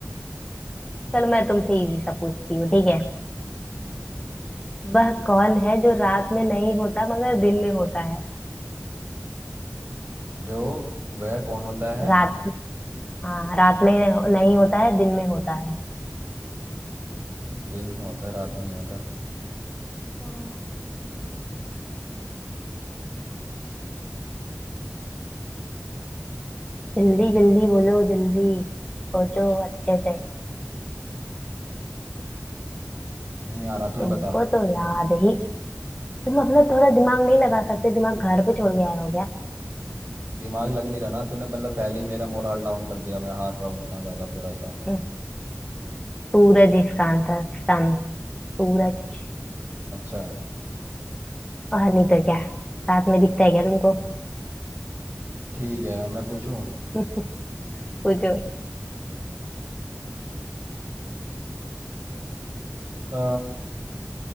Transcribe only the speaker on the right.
ठीक
है
जो वह कौन होता है
दिन में होता है रात में नहीं होता
रुक जा
नहीं आ रहा तू ही
बता
दिमाग लग नहीं रहा ना तूने मतलब पहले ही मेरा मोराल डाउन कर दिया मैं हार रहा हूँ इतना ज़्यादा बुरा सा
अच्छा
ठीक है अब मैं पूछूं
अ,